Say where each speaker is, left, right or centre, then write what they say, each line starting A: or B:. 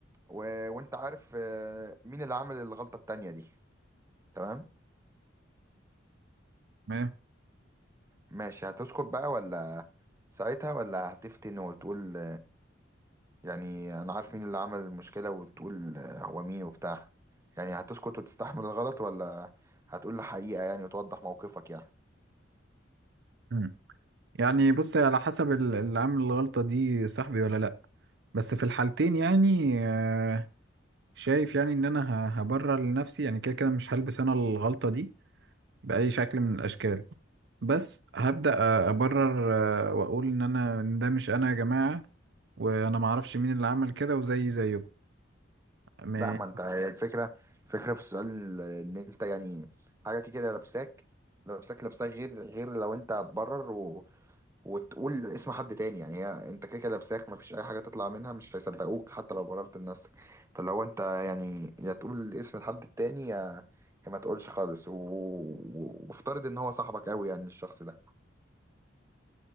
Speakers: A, on the right (about 15°); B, on the right (about 65°).
A: و... وانت عارف آه، مين اللي عمل الغلطه التانية دي تمام
B: تمام
A: ماشي هتسكت بقى ولا ساعتها ولا هتفتن وتقول يعني انا عارف مين اللي عمل المشكلة وتقول آه، هو مين وبتاع يعني هتسكت وتستحمل الغلط ولا هتقول الحقيقة يعني وتوضح موقفك يعني
B: مم. يعني بص على حسب ال- اللي عامل الغلطة دي صاحبي ولا لا بس في الحالتين يعني آه، شايف يعني ان انا ه- هبرر لنفسي يعني كده كده مش هلبس انا الغلطة دي بأي شكل من الاشكال بس هبدأ أ- ابرر آه، واقول ان انا إن ده مش انا يا جماعة وانا معرفش مين اللي عمل كده وزي زيكم ما-
A: لا ما انت هي الفكرة الفكرة في السؤال آه، ان انت يعني حاجة كده لابساك لابساك لابساك غير غير لو انت هتبرر وتقول اسم حد تاني يعني هي انت كده كده لابساك مفيش اي حاجه تطلع منها مش هيصدقوك حتى لو بررت لنفسك فلو انت يعني يا تقول اسم الحد التاني يا يا ما تقولش خالص و- و- وافترض ان هو صاحبك قوي يعني الشخص ده